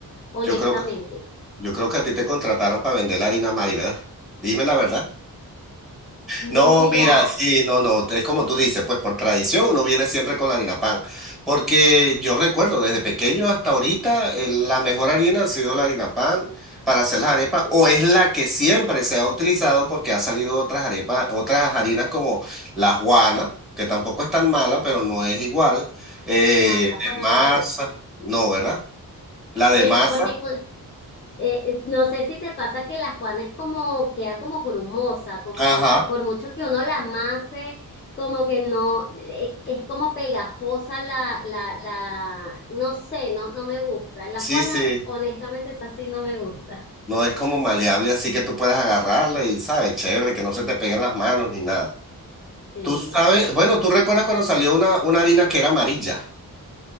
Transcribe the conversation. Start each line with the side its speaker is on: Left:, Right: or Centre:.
Left: honestamente.
Centre: yo creo que, yo creo que a ti te contrataron para vender la harina Mari, ¿verdad? Dime la verdad.
Left: Mira,
Centre: No, mira, sí, no, no, es como tú dices, pues por tradición uno viene siempre con la harina pan, porque yo recuerdo desde pequeño hasta ahorita eh, la mejor harina ha sido la harina pan para hacer las arepas o es la que siempre se ha utilizado porque ha salido otras arepas, otras harinas como la juana, que tampoco es tan mala, pero no es igual, eh,
Left: no, a mí la Juana
Centre: de masa,
Left: no me gusta.
Centre: no, ¿verdad? La de
Left: Eh,
Centre: masa,
Left: porque cu- eh, eh, no sé si te pasa que la Juana es como, queda como grumosa, como
Centre: ajá,
Left: por mucho que uno la amase, como que no, eh, es como pegajosa la, la, la, no sé, no, no me gusta. La
Centre: sí,
Left: Juana,
Centre: sí.
Left: honestamente, es así, no me gusta.
Centre: No es como maleable, así que tú puedes agarrarla y, ¿sabes? Chévere, que no se te peguen las manos ni nada.
Left: Sí.
Centre: Tú sabes, bueno, tú recuerdas cuando salió una, una harina que era amarilla.